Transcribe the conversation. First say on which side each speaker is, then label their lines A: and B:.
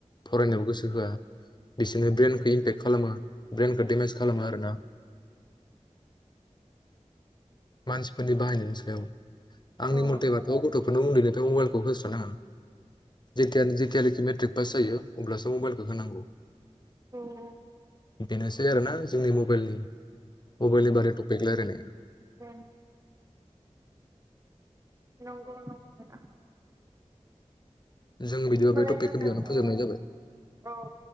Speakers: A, on the left; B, on the right.
A: फरायनायाव गोसो होआ बिसोरनो ब्रेनखौ इमपेक्ट खालामा ब्रेनखौ डेमेज खालामो आरोना मानसिफोरनि बाहायनायनि सायाव आंनि
B: औ
A: मथेबाथ गथफोरनो उन्दैनिफ्राय मबेलखौ होस्रा नाङा जितियान जितियानोखि मेट्रिक पास जायो अब्लासो मबाइलखौ होनांगौ
B: औ
A: बेनोसै आरोना जोंनि मबेलनि मबेलनि बारै टपिक लायराय नाया।
B: औ नंगौ नंनाया
A: जों बिदिबा
B: होमबालाय
A: बे टपिकखौ
B: जोङो
A: बेयावनो फोजोबनाय
B: औ
A: जाबाय।
B: औ